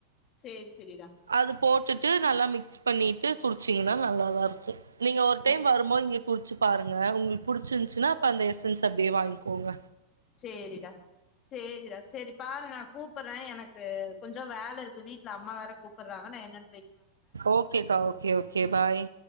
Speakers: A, on the left; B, on the right.
A: சேரி செரிடா
B: அது போட்டுட்டு நல்லா மிக்ஸ் பண்ணிட்டு குடிச்சீங்னா நல்லாதா இருக்கு நீங்க ஒரு
A: ஓ
B: டைம் வரும்போது இங்கே குடிச்சு பாருங்க உங்களுக்கு புடிச்சிருந்துச்சுனா அப்போ அந்த எஸ்என்ஸ் அப்டியே வாங்கிக்கோங்க.
A: சேரிடா. சேரிடா செரி பாரு நா கூப்புற எனக்கு கொஞ்சோ வேல இருக்கு வீட்ல அம்மா வேற கூப்டுறாங்க நா என்ன
B: ஓகேக்கா ஓகே ஓகே பாய்.